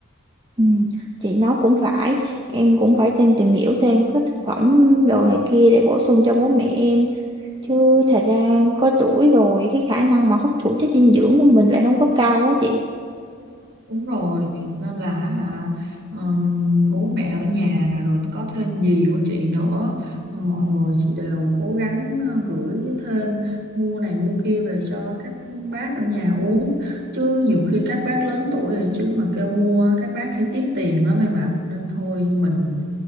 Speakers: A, on the right; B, on the right.
A: Ừ, chị nói cũng phải, em cũng phải thêm tìm hiểu thêm các thực phẩm đồ này kia để bổ sung cho bố mẹ em. Chứ thật ra có tuổi rồi, cái khả năng mà hấp thụ chất dinh dưỡng của mình lại không có cao á chị.
B: Đúng rồi, nên là hả ừm, bố mẹ ở nhà rồi có thêm dì của chị nữa, mọi người chị đều cố gắng ờ, gửi thêm mua này mua kia về cho các bác ở nhà uống chứ nhiều khi các bác lớn tuổi rồi chứ mà kêu mua các bác hay tiếc tiền lắm em ạ. Nên thôi mình